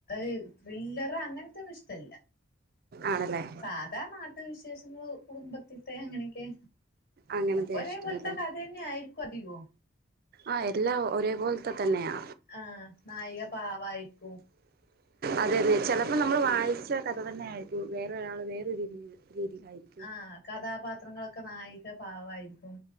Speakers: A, on the left; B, on the right.
A: ഇ ത്രില്ലർ അങ്ങനത്തെൊന്നും ഇഷ്ട
B: ആണല്ലേ
A: സാധാ നാട്ടു വിശേഷ കുടുംബത്തിത്തെ അങ്ങനെയൊക്കെ
B: അങ്ങനത്തെ
A: ഒപ്പരേ
B: ഇഷ്ടല്ലേ
A: പോലത്തെ കഥ തന്നെ ആയിും അതിികോ
B: ആ എല്ലാ ഒരേ പോോലത്തെ തന്നെയാ
A: ആ നായിക പാവായിരിക്കും
B: അതെ അതെ ചെിലപ്പോ നമ്മൾ വായിച്ച കഥ തന്നെ ആയിരിക്കും വേറൊരാള് വേറൊ രീതി രീതിയിലായിരിക്കും
A: ആഹ കഥാപാത്രങ്ങളൊക്കെ നായിക പാവമായിരിക്കും